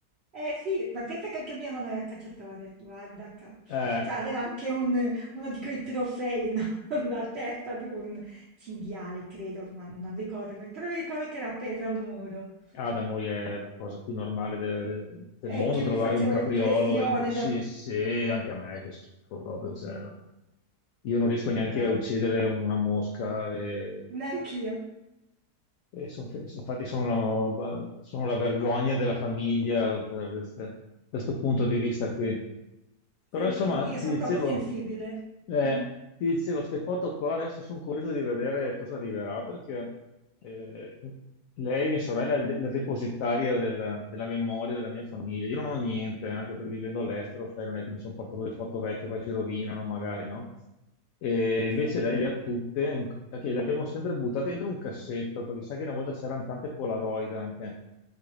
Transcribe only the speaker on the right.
Eh sì, ma pensa che anche il mio nonno era calciatore, guarda, ca-
cioè, aveva anche un- uno di quei trofei, no? <laughs> La testa di un cinghiale, credo, ma non ricordo, però mi ricordo che era appesa al muro
e
che
mi faceva
impressione
da...
No,
neanch'io.
Sì,
sì, io sono
troppo sensibile.
Mm,
mm,
Sì.